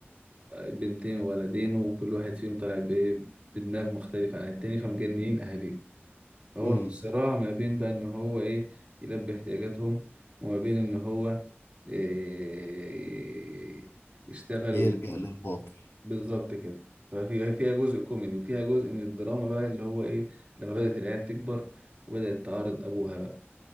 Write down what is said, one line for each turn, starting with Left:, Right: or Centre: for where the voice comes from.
Right: بنتين وولدين وكل واحد فيهم طالع ب- بدماغ مختلفة عن التاني فمجننين أهاليهم هو
Left: امم
Right: في صراع ما بين بقى ان هو ايه يلبي احتياجاتهم وما بين ان هو إيه يشتغل
Left: يلجأ
Right: و-
Left: للباطل
Right: بالظبط كده ففي فيها جزء كوميدي وفيها جزء من الدراما بقى اللي هو ايه لما بدأت العيال تكبر وبدأت تعارض ابوها بقى